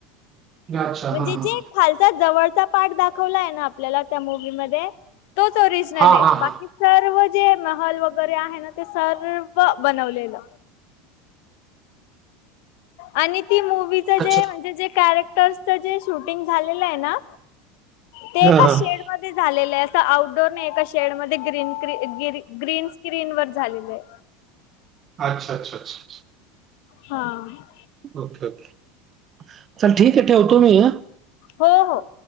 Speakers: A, on the right (about 30°); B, on the left (about 70°).
A: अच्छा. हां,
B: म्हणजे
A: हां.
B: जे खालचा जवळचा पाठ दाखवलाय ना आपल्याला त्या मुवीमध्ये तोच ओरिजनल
A: हां,
B: ये
A: हां, हां.
B: बाकी सर्व जे महल वगैरे आहे ना ते सर्व बनवलेलं आणि ती मूवीचा
A: अच्छा.
B: जे म्हणजे जे कॅरेक्टरच जे शूटिंग झालेलं आहे ना ते
A: हां,
B: एका
A: हां.
B: शेड मध्ये झालेलं आहे असं आउटडोर नाही एका शेड मध्ये गन ग्रीन स्क्रीन वर झालेलं आहे
A: अच्छा अच्छा अच्छा अच्छा.
B: हा आ.
A: ओके ओके चल ठीक आहे ठेवतो मी ह.
B: हो हो.